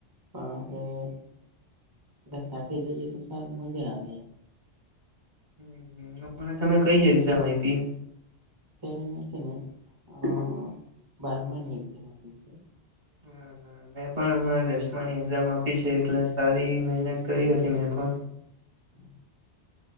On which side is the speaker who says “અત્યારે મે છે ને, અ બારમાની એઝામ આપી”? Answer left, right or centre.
Right